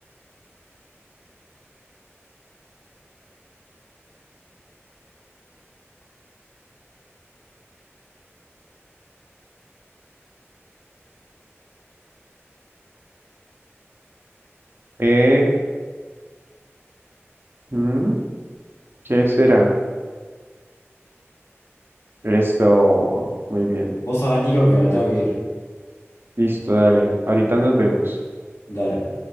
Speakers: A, on the right (about 50°); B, on the left (about 65°).
A: eh, mm, ¿qué será? Esto, muy bien.
B: Vos sabés, Nico, que me tengo que ir.
A: Listo, dale. Ahorita nos vemos.
B: Dale.